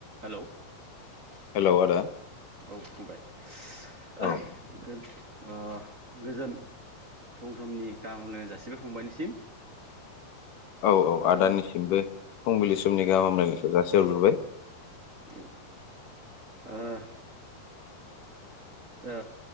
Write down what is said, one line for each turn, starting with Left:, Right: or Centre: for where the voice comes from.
Right: हेलौ औ
Left: हेलौ आदा
Right: फंबाय
Left: औ
Right: गोज ओ गोजोन फुं समनि गाहामलायनाय जासिबाय फंबायनिसिम।
Left: औ औ
Right: ओ
Left: आदानिसिमबो। फुंबिलि समनि गाहाम हामलायनायखौ जासि हरग्रोबाय।
Right: औ ओ ओ